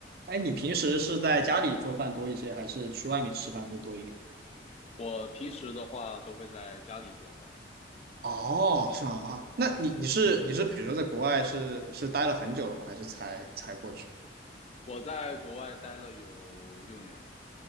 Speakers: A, on the right; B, on the left.
A: 哎，你平时是在家里做饭多一些，还是去外面吃饭会多一点？
B: 我平时的话都会在家里做饭。
A: 哦，是吗？啊，那你你是你是比如说在国外是是待了很久了吗？还是才才过去？
B: 我在国外待了有六年了，